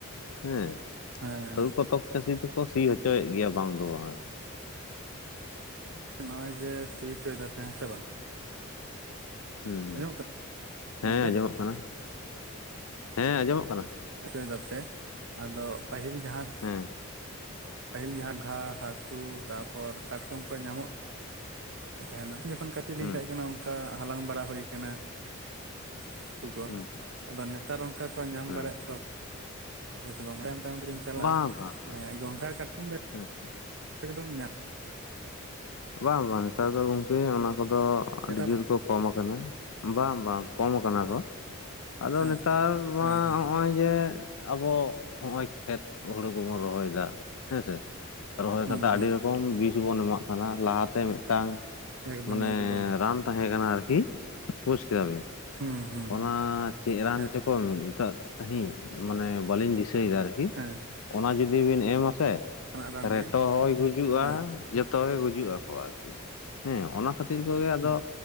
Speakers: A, on the left (about 80°); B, on the right (about 55°).
A: ᱦᱮᱸ
B: ᱦᱮᱸ
A: ᱛᱟᱸᱣ ᱠᱚᱛᱚᱠ ᱪᱟᱹᱥᱤ ᱫᱚᱠᱚ ᱥᱤ ᱦᱚᱪᱚᱭᱮᱫ ᱜᱮᱭᱟ ᱵᱟᱝ ᱫᱚ ᱵᱟᱝ ᱟᱨᱠᱤ ᱾
B: ᱦᱚᱜ-ᱚᱭ ᱡᱮ ᱥᱤ ᱦᱚᱪᱚᱭ ᱫᱟᱯᱮ ᱦᱮᱸ ᱥᱮ ᱵᱟᱝ?
A: ᱦᱩᱸ,
B: ᱟᱸᱡᱚᱢᱚᱜ ᱠᱟᱱᱟ
A: ᱦᱮᱸ
B: ᱜᱚᱝᱠᱮ
A: ᱟᱸᱡᱚᱢᱚᱜ ᱠᱟᱱᱟ, ᱦᱮᱸ ᱟᱸᱡᱚᱢᱚᱜ ᱠᱟᱱᱟ ᱾
B: ᱦᱚᱪᱚᱭ ᱫᱟᱯᱮ ᱟᱫᱚ ᱯᱟᱹᱦᱤᱞ ᱡᱟᱦᱟᱸ
A: ᱦᱮᱸ
B: ᱯᱟᱹᱦᱤᱞ ᱡᱟᱷᱟ ᱜᱷᱟ ᱦᱟᱹᱠᱩ ᱛᱟᱯᱚᱨ ᱠᱟᱴᱠᱚᱢ ᱠᱚ ᱧᱟᱢᱚᱜ ᱛᱟᱦᱮᱱᱟ, ᱡᱚᱠᱷᱚᱱ ᱠᱟᱹᱴᱤᱡ
A: ᱦᱩᱸ
B: ᱞᱤᱧ ᱛᱟᱦᱮᱸ ᱠᱟᱱᱟ ᱚᱱᱠᱟ ᱦᱟᱞᱟᱝ ᱵᱟᱲᱟ ᱦᱩᱭ ᱠᱟᱱᱟ ᱾ ᱠᱩᱠᱚ
A: ᱦᱩᱸ
B: ᱟᱫᱚ ᱱᱮᱛᱟᱨ ᱚᱱᱠᱟ ᱠᱚ ᱧᱟᱢ
A: ᱦᱩᱸ
B: ᱵᱟᱲᱟᱭᱮᱫ ᱠᱚᱣᱟ, ᱛᱟᱭᱚᱢ ᱛᱟᱭᱚᱢ ᱫᱚᱨᱤᱧ ᱪᱟᱞᱟᱜᱼᱟ
A: ᱵᱟᱝ ᱵᱟᱝ
B: ᱜᱚᱝᱜᱷᱟ ᱠᱟᱴᱠᱚᱢ ᱫᱚ
A: ᱦᱮᱸ
B: ᱮᱠᱫᱚᱢ ᱧᱟᱢ
A: ᱵᱟᱝ ᱵᱟᱝ, ᱱᱮᱛᱟᱨ ᱫᱚ ᱜᱚᱝᱠᱮ ᱚᱱᱟ ᱠᱚᱫᱚ
B: ᱱᱮᱛᱟᱨ
A: ᱟᱹᱰᱤ ᱡᱳᱨ ᱠᱚ, ᱠᱚᱢ ᱟᱠᱟᱱᱟ, ᱵᱟᱝ ᱵᱟᱝ, ᱠᱚᱢ ᱟᱠᱟᱱᱟ ᱠᱚ ᱾ ᱟᱫᱚ
B: ᱦᱮᱸ
A: ᱱᱮᱛᱟᱨ ᱢᱟ
B: ᱦᱮᱸ ᱦᱮᱸ
A: ᱦᱚᱜᱚᱭ ᱡᱮ ᱟᱵᱚ ᱦᱚᱜ-ᱚᱭ ᱠᱷᱮᱛ ᱦᱩᱲᱩ ᱠᱚᱵᱚᱱ ᱨᱚᱦᱚᱭ ᱮᱫᱟ ᱦᱮᱸ ᱥᱮ ᱨᱚᱦᱚᱭ
B: ᱦᱩᱸ
A: ᱠᱟᱛᱮᱫ ᱟᱹᱰᱤ
B: ᱦᱩᱸ
A: ᱨᱚᱠᱚᱢ ᱵᱤᱥ ᱵᱚᱱ ᱮᱢᱟᱜ ᱠᱟᱱᱟ ᱾ᱞᱟᱦᱟ ᱛᱮ ᱢᱤᱫᱴᱟᱝ
B: ᱮᱠᱫᱚᱢ
A: ᱢᱟᱱᱮ
B: ᱮᱠᱫᱚᱢ
A: ᱨᱟᱱ ᱛᱟᱦᱮᱸ ᱠᱟᱱᱟ ᱟᱨᱠᱤ, ᱵᱩᱡᱽ ᱠᱮᱫᱟᱵᱤᱱ
B: ᱦᱩᱸ ᱦᱩᱸ
A: ᱚᱱᱟ
B: ᱦᱩᱸ
A: ᱪᱮᱫ ᱨᱟᱱ
B: ᱦᱮᱸ
A: ᱪᱚᱠᱚ ᱢᱮᱛᱟᱜ ᱛᱟᱦᱤᱜ ᱢᱟᱱᱮ ᱵᱟᱞᱤᱧ ᱫᱤᱥᱟᱹᱭ ᱮᱫᱟ ᱟᱨᱠᱤ
B: ᱦᱮᱸ
A: ᱾ ᱚᱱᱟ ᱡᱩᱫᱤ ᱵᱤᱱ ᱮᱢ ᱟᱥᱮ
B: ᱚᱱᱟ ᱨᱟᱱ
A: ᱨᱮᱴᱚ
B: ᱜᱮ
A: ᱦᱚᱭ ᱜᱩᱡᱩᱜᱼᱟ
B: ᱦᱮᱸ
A: ᱡᱚᱛ ᱡᱚᱛᱚ ᱜᱮ ᱜᱩᱡᱩᱜ ᱟᱠᱚ ᱟᱨᱠᱤ᱾ ᱦᱮᱸ ᱚᱱᱟ ᱠᱷᱟᱹᱛᱤᱨ ᱠᱚᱜᱮ ᱟᱫᱚ